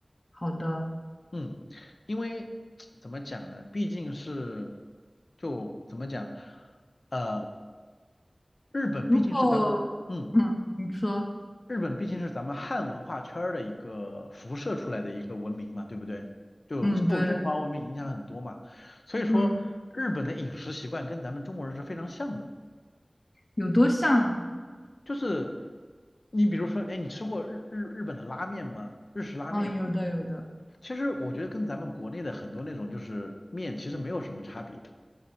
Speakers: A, on the left; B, on the left.
A: 好的。
B: 嗯，因为怎么讲呢，毕竟是就怎么讲，呃，日本毕竟是咱们。
A: 如果，
B: 嗯，
A: 嗯，你说，
B: 日本毕竟是咱们汉文化圈儿的一个辐射出来的一个文明嘛，对不对？就受中华文明影响很多嘛，
A: 嗯，对，
B: 所以说日本的饮食习惯跟咱们中国人是非常像的。
A: 嗯，有多像啊？
B: 就是你比如说，哎，你吃过日日日本的拉面吗？日式拉面，
A: 哦，有的，有的。
B: 其实我觉得跟咱们国内的很多那种就是面其实没有什么差别，